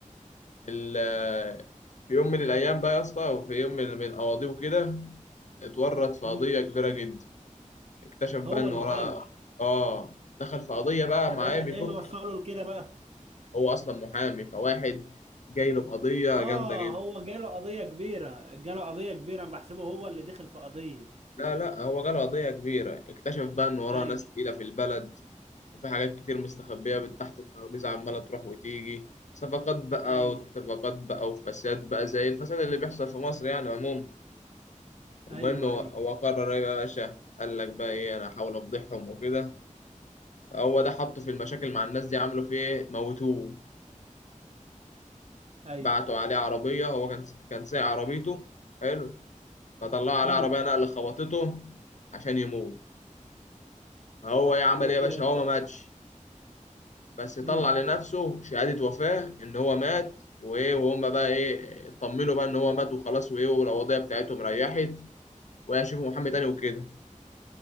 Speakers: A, on the left; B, on the right.
A: ال- في يوم من الايام بقى يا اسطى وفي يوم من من القواضيع كده اتورط في
B: مم.
A: قضية كبيرة جدا اكتشف بقى
B: هو
A: ان
B: المحامي
A: وراه اه دخل في قضية بقى
B: طب
A: معاه
B: ايه اللي
A: بيفك
B: إيه اللي وصله لكده بقى
A: هو اصلا محامي فواحد جاي له بقضية
B: اه
A: جامدة جدا
B: هو جاله قضية كبيرة جاله قضية كبيرة انا بحسبه هو اللي دخل في قضية
A: لا لا هو جاله قضية كبيرة اكتشف بقى ان وراه
B: ايوه
A: ناس تقيلة في البلد وفي حاجات كتير مستخبية من تحت الترابيزة عمالة تروح وتيجي صفقات بقى
B: ايوه
A: واتفاقات بقى وفساد بقى زي الفساد اللي بيحصل في مصر يعني عموما المهم
B: ايوه
A: هو
B: ايوه
A: هو قرر ايه بقى يا باشا قال لك بقى ايه انا هحاول افضحهم وكده هو ده حطه في المشاكل مع الناس دي عملوا فيه ايه موتوه
B: ايوه
A: بعتوا عليه عربية هو كان كان سايق عربيته حلو فطلعوا عليه
B: امم
A: عربية نقل خبطته عشان يموت هو ايه عمل
B: وت...
A: ايه يا باشا هو ما ماتش بس طلع
B: امم
A: لنفسه شهادة وفاة إن هو مات وإيه وهم بقى إيه اطمنوا بقى إن هو مات وخلاص وإيه والوضعية بتاعتهم ريحت وهيشوفوا محمد تاني وكده